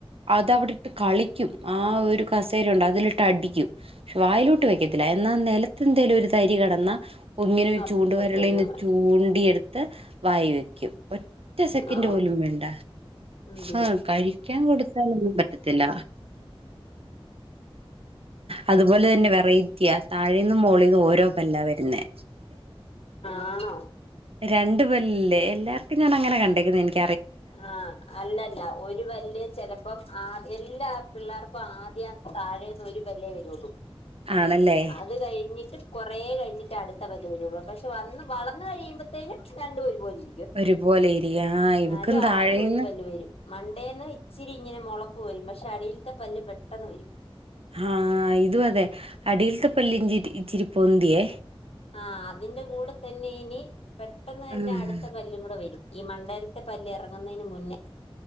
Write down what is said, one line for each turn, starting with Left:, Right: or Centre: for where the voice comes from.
Right: അതവിടിട്ട് കളി ആ, ഒരു കസേര ഉണ്ട് അതിലിട്ട് അടിക്കും പക്ഷെ വായിലോട്ട് വെക്കത്തില്ല, എന്നാൽ നിലത്തെ എന്തേലും ഒരു തരി കിടന്നാ ഒങ്ങിനെ
Left: അപ്പൊ
Right: ചൂണ്ട്‌ വിരലിന്ന്
Left: തന്നെ മതി
Right: ചൂണ്ടിയെടുത്ത് എടുത്ത് വായി വയ്ക്കും. ഒറ്റ സെക്കൻഡ്
Left: ആ
Right: പോലും വേണ്ട
Left: അടിപൊളി
Right: ആ കഴിക്കാൻ കൊടുത്താലൊന്നും പറ്റത്തില്ല. അതുപോലെ തന്നെ വെറൈറ്റിയ താഴേ നിന്നും മോളി ഇത് ഓരോ പല്ല വരുന്നേ
Left: ആണോ
Right: രണ്ട് പല്ലില്ലേ എല്ലർക്കും ഞാന അങ്ങനെ കണ്ടേങ്ങന്നത്, എനിക്ക്
Left: ആ, അല്ലല്ല ഒരു പല്ല് ചെലപ്പം ആ എല്ലാ പിള്ളേർക്കും ആദ്യം താഴേന്ന് ഒരു പല്ലേ വരുള്ളൂ
Right: ആണല്ലേ
Left: അത് കഴിഞ്ഞിട്ട് കുറ കുറേ കഴിഞ്ഞിട്ട് അടുത്ത പല്ല് വരുള്ളൂ, പക്ഷെ വന്ന് വളന്ന് കഴിയുമ്പത്തേനും രണ്ടും ഒരു പോലിരിക്കും
Right: ഒരുപോലെ ഇരിക്കും
Left: അ,
Right: ഇവക്കും താഴേന്ന്
Left: ആദ്യം ഒരു പല്ല്‌ വരും, മണ്ടേന്ന് ഇച്ചിരി ഇങ്ങനെ മുളപ്പു വരും പക്ഷെ അടിൽത്തെ പല്ല് പെട്ടെന്ന് വരും
Right: ആ ഇത അതെ അടിൽത്തെ പല്ല് ഇച്ചിരി പൊന്തിയെ
Left: ആ, അതിന്റെ കൂടെ തന്നെ ഇനി പെട്ടെന്ന് തന്നെ
Right: ഉം
Left: അടുത്ത പല്ലും കൂടെ വരും ഈ മണ്ടേലത്തെ പല്ല് ഇറങ്ങുന്നതിന് മുന്നേ.